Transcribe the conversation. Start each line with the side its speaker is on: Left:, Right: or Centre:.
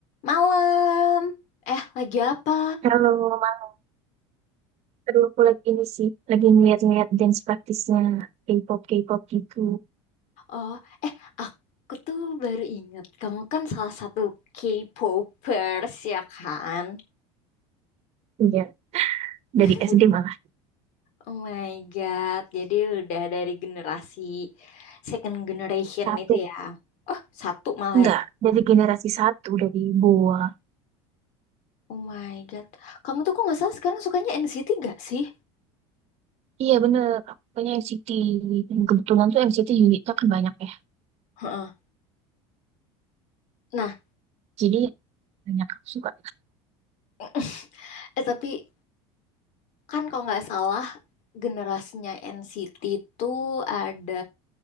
Left: Malam. Eh, lagi apa?
Right: Kalau malam aduh aku lagi ini sih, lagi ngeliat-ngeliat dance praktisnya K-pop, K-pop gitu.
Left: Oh, eh, aku tuh baru ingat. Kamu kan salah satu K-popers, ya kan?
Right: Iya,
Left: <laughs>
Right: dari SD malah.
Left: Oh my God. Jadi udah dari generasi second generation
Right: Satu,
Left: itu ya. Oh, satu malah
Right: enggak,
Left: ya.
Right: dari generasi satu, dari BoA.
Left: Oh my God. Kamu tuh kok nggak salah sekarang sukanya NCT gak sih?
Right: Iya bener, aku punya NCT. Dan kebetulan tuh NCT unitnya kan banyak ya.
Left: Heeh. Nah,
Right: Jadi banyak aku suka.
Left: <laughs> eh, tapi kan kalau nggak salah generasinya NCT tuh ada